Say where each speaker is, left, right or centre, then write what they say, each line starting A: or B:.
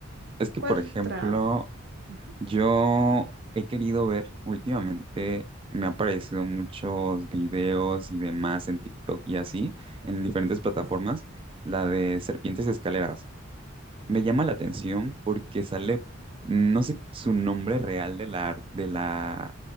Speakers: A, on the right; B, on the right.
A: Es que,
B: ¿cuál
A: por ejemplo,
B: otra? Ujú.
A: yo he querido ver últimamente, me han aparecido muchos videos y demás en TikTok y así, en diferentes plataformas, la de serpientes y escaleras. Me llama la atención porque sale, no sé su nombre real de la, de la,